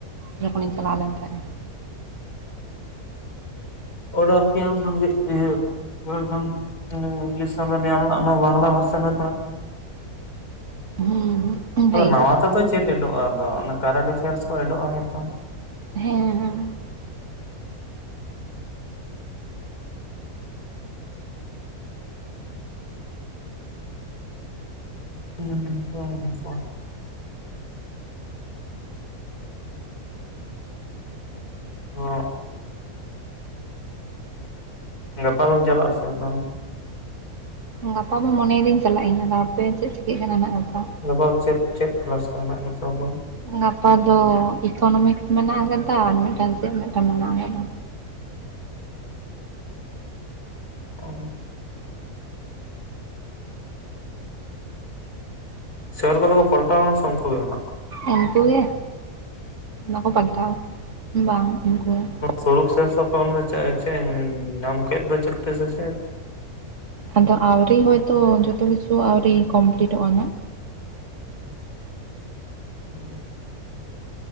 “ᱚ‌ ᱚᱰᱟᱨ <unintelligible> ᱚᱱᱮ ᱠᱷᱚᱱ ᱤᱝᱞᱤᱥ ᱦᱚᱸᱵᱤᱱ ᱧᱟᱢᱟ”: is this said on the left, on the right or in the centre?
Left